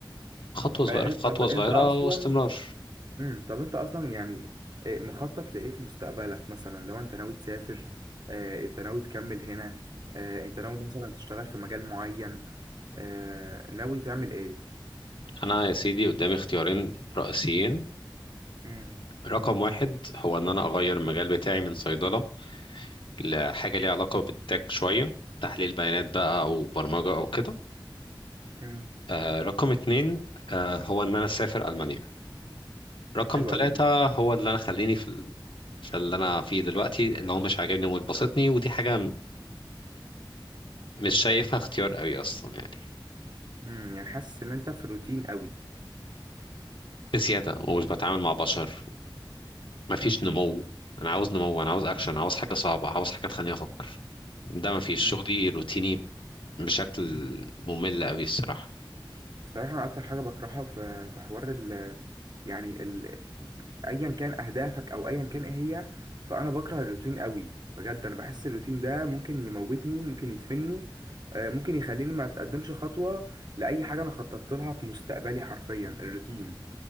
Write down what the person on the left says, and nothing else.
خطوه صغيره
في خطوه
صغيره
واستمرار
انا يا سيدي قدامي اختيارين رئيسيين
رقم واحد هو ان انا اغير المجال بتاعي من صيدله لحاجة ليها علاقة بالتك شوية تحليل بيانات بقى أو برمجة أو كده
آه رقم اتنين آه هو إن أنا أسافر ألمانيا رقم
تلاتة
هو اللي أنا خليني في ال... في اللي أنا فيه دلوقتي اللي هو مش عاجبني ومش باسطني ودي حاجة م- مش شايفها اختيار قوي أصلا يعني
بزيادة ومش بتعامل مع بشر ومفيش نمو أنا عاوز نمو أنا عاوز أكشن عاوز حاجة صعبة عاوز حاجة تخليني أفكر ده مفيش
شغلي روتيني بشكل ممل قوي الصراحة